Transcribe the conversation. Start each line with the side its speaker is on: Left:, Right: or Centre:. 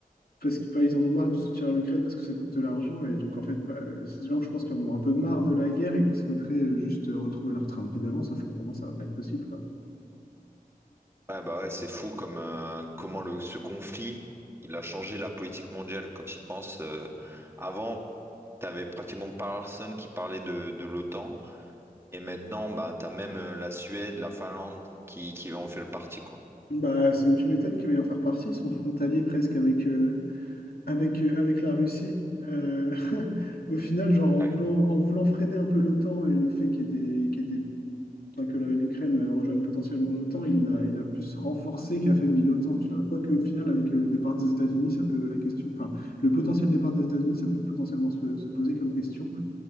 Left: parce que, enfin, ils en ont marre du soutien à l'Ukraine parce que ça coûte de l'argent. Et donc, en fait, bah, c'est des gens, que je pense, qui en ont un peu marre de la guerre et qui souhaiteraient euh, juste euh, retrouver leur train de vie d'avant, sauf que pour moi, ça va pas être possible, quoi.
Right: Ouais bah ouais c'est fou comme euh, comment le ce conflit il a changé la politique mondiale quand il pense avant T'avais pratiquement personne qui parlait de, de l'OTAN. Et maintenant, bah, t'as même euh, la Suède, la Finlande qui, qui en fait le parti, quoi.
Left: Bah, ça me- tu m'étonnes qu'il va y en faire partie, ils sont frontaliers presque avec, euh, avec, euh, avec la Russie. Euh, <laughs> au final, genre en
Right: Ouais.
Left: voulant, en voulant freiner un peu l'OTAN et le fait qu'il y ait des, qu'il y ait des, enfin, que la- l'Ukraine euh, rejoigne potentiellement l'OTAN, il a, il a plus renforcé qu'affaibli l'OTAN, tu vois. Quoique au final, avec euh, le départ des États-Unis, ça peut la question, enfin, le potentiel départ des États-Unis, ça peut potentiellement se, se poser comme question.